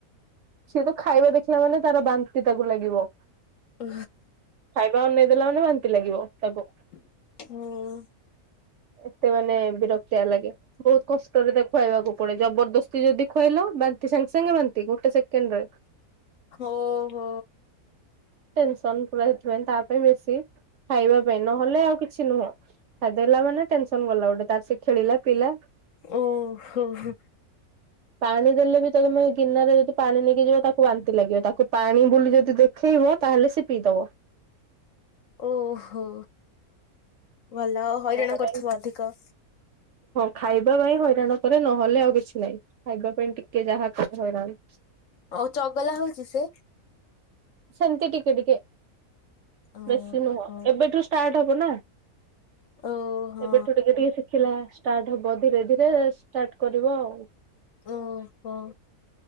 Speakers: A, on the right; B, on the left.
A: ସିଏ ତ ଖାଇବା ଦେଖିଲା ମାନେ ତାର ବାନ୍ତି ତାକୁ ଲାଗିବ।
B: ଓ।
A: ଖାଇବା ଆଉ ନେଇଦେଲା ମାନେ ବାନ୍ତି ଲାଗିବ ତାକୁ।
B: ହୁଁ।
A: ଏତେ ମାନେ ବିରକ୍ତିଆ ଲାଗେ। ବହୁତ କଷ୍ଟରେ ତାକୁ ଖୁଆଇବାକୁ ପଡେ ଜବରଦସ୍ତି ଯଦି ଖୁଆଇଲ ବାନ୍ତି ସାଙ୍ଗେ ସାଙ୍ଗେ ବାନ୍ତି ଗୋଟେ ସେକେ କେଣ୍ଡ ରେ
B: ଓହୋ।
A: ଟେନସନ ପୁରା ହେଥିପାଇଁ ତା ପାଇଁ ବେଶୀ ଖାଇବା ପାଇଁ ନହେଲେ ଆଉ କିଛି ନୁହଁ। ଖାଇଦେଲା ମାନେ ଟେନସନ ଗଲା ଗୋଟେ ତାର ସେ ଖେଳିଲା ପିଲା।
B: ଓହୋ ହୋ।
A: ପାଣି ଦେଲେ ବି ତମେ ଗିନାରେ ଯଦି ପାଣି ନେଇକି ଯିବ ତାକୁ ବାନ୍ତି ଲାଗିବ ତାକୁ ପାଣି ବୁଲି ଯଦି ଦେଖେଇବ ତାହେଲେ ସେ ପିଇଦବ।
B: ଓହୋ ଭଲ ହଇରାଣ
A: ନହେଲେ
B: କରୁଥିବ ଅଧିକ।
A: ହଁ ଖାଇବା ପାଇଁ ହଇରାଣ କରେ ନହେଲେ ଆଉ କିଛି ନାହିଁ ଖାଇବା ପାଇଁ ଟିକେ ଯାହା କରେ ହଇରାଣ।
B: ଆଉ ଚଗଲା ହଉଛି ସେ?
A: ସେମିତି ଟିକେ ଟିକେ
B: ଓହୋ
A: ବେଶି ନୁହଁ ଏବେଠୁ ଷ୍ଟାର୍ଟ ହବ ନା।
B: ଓହୋ
A: ଏବେଠୁ ଟିକେ ଟିକେ ଶିଖିଲା ଷ୍ଟାର୍ଟ। ହବ ଧୀରେ ଧୀରେ ଷ୍ଟାର୍ଟ କରିବ ଆଉ।
B: ଓହୋ।